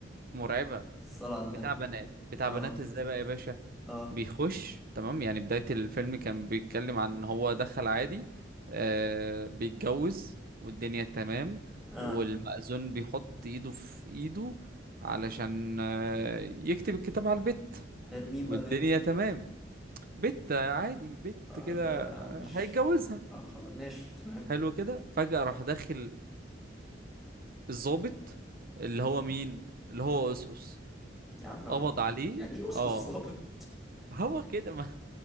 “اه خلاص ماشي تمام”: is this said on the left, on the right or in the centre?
Centre